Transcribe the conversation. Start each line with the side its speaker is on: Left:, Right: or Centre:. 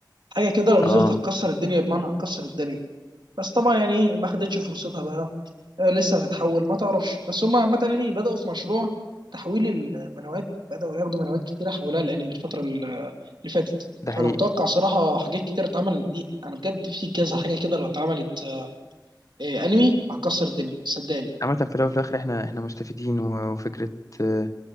Right: حاجة كده لو نزلت
Left: اه
Right: هتكسر الدنيا بمعنى هتكسر الدنيا بس طبعا يعني ما خدتش فرصتها بقى آه، لسه هتتحول ما تعرفش بس هم عامة يعني بدأوا في مشروع تحويل المنوات بدأوا ياخدوا منوات كتيرة حولها الأنمي الفترة ال- اللي فاتت
Left: ده حقيقي
Right: فأنا متوقع صراحة حاجات كتيرة اتعمل دي أنا بجد في كذا حاجة كده لو اتعملت آه، أنمي هتكسر الدنيا صدقني
Left: عامة في الاول وفي الاخر احنا احنا مستفيدين و- وفكرة آه،